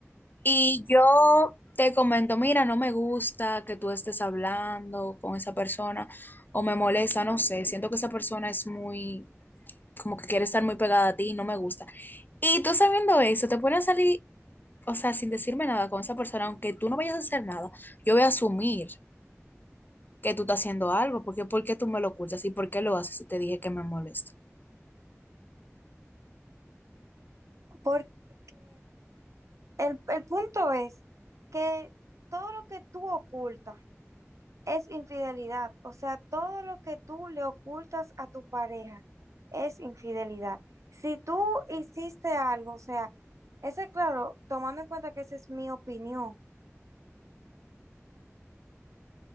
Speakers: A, on the left; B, on the right.
A: Y yo te comento, mira, no me gusta que tú estés hablando con esa persona o me molesta, no sé, siento que esa persona es muy, como que quiere estar muy pegada a ti y no me gusta. Y tú sabiendo eso, te pones a salir o sea, sin decirme nada con esa persona, aunque tú no vayas a hacer nada, yo voy a asumir que tú estás haciendo algo, porque ¿por qué tú me lo ocultas y por qué lo haces si te dije que me molesta?
B: Porque el, el punto es que todo lo que tú ocultas es infidelidad. O sea, todo lo que tú le ocultas a tu pareja es infidelidad. Si tú hiciste algo, o sea, ese claro, tomando en cuenta que esa es mi opinión.